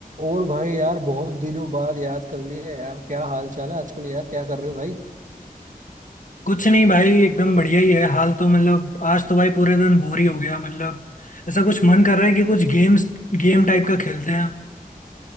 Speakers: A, on the right; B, on the left.
A: और भाई यार बहुत दिनों बाद याद कर लिया यार क्या हाल चाल है आजकल यार क्या कर रहे हो भाई
B: कुछ नहीं भाई एकदम बढ़िया ही है हाल तो मतलब आज तो भाई पूरे दिन बोर ही हो गया मतलब ऐसा कुछ मन कर रहा है कि कुछ गेम्स गेम टाइप का खेलते हैं